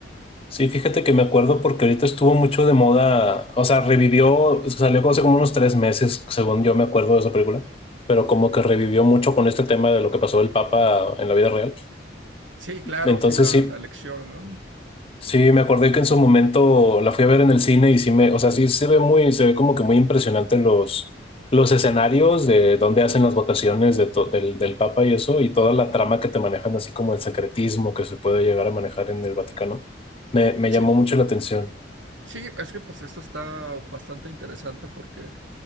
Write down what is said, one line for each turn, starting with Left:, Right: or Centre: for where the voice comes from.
Left: Sí, fíjate que me acuerdo porque ahorita estuvo mucho de moda, o sea, revivió, salió hace como unos tres meses, según yo me acuerdo de esa película, pero como que revivió mucho con este tema de lo que pasó el Papa en la vida real.
Right: Sí, claro,
Left: Entonces
Right: sí, la,
Left: sí,
Right: la elección, ¿no?
Left: sí, me acordé que en su momento la fui a ver en el cine y sí me, o sea, sí se ve muy, se ve como que muy impresionante los, los escenarios de donde hacen las votaciones de to- del, del Papa y eso, y toda la trama que te manejan, así como el secretismo que se puede llegar a manejar en el Vaticano. Me, me
Right: Sí,
Left: llamó mucho la atención.
Right: sí, es que pues esto está bastante interesante porque